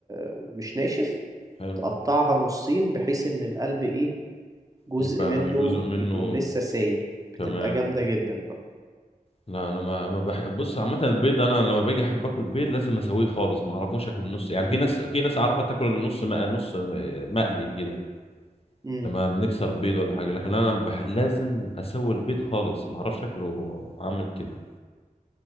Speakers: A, on the right; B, on the left.
A: ومش ناشف
B: حلو
A: تقطعها نصين بحيث إن القلب إيه جزء
B: يبقى
A: منه
B: جزء منه
A: يكون لسه سايل بتبقى
B: تمام
A: جامدة جدا بقى
B: لا انا ما ما بح... بص عامه البيض انا لما باجي احب اكل بيض لازم اسويه خالص ما اعرفوش اكل النص يعني
A: مم.
B: في ناس في ناس اعرفها تاكل النص مق... نص مقلي كده
A: مم.
B: لما بنكسر بيض ولا حاجه لكن انا بح... لازم اسوي البيض خالص ما اعرفش شكله عامل كده